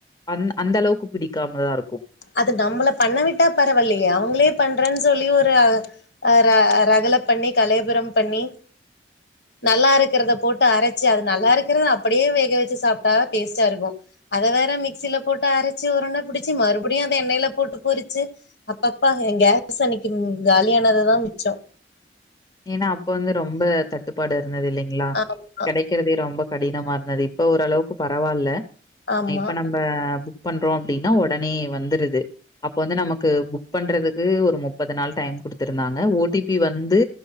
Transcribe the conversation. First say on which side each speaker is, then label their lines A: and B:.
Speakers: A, on the left; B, on the left.
A: அந் அந்த அளவுக்கு பிடிக்காமதா இருக்கு
B: அது நம்பள பண்ண விட்டா பரவால்லையே அவங்களே பண்றன் சொல்லி ஒரு ர ரக ல பண்ணி கலேபுரம் பண்ணி நல்லா இருக்கிறத போட்டு அரைச்சு அது நல்லா இருக்கிறத அப்படியே வேக வச்சு சாப்டா தா டேஸ்ட்டா இருக்கு அத வேற மிக்சில போட்டு அரைச்சு உருண்ட புடிச்சு மறு அப்புடியே அத எண்ணெய்ல போட்டு பொரிச்சு அப்பப்பா ஏ கேஸ் அன்னைக்கு காலியானது தா மிச்சோ
A: ஏன்னா அப்ப வந்து ரொம்ப தட்டுப்பாடு இருந்தது இல்லைங்களா
B: ஆமா
A: கெடைக்கறதே ரொம்பக் கடினமா இருந்தது இப்ப ஓரளவுக்கு பரவால்ல
B: ஆமா
A: இப்ப நம்ப பண்றோ அப்டின்னா வொடனே வந்துருது அப்ப வந்து நமக்கு புக் பண்றதுக்கு ஒரு முப்பது நாள் டைம் குடுத்திருந்தாங்க ஓ டி பி வந்து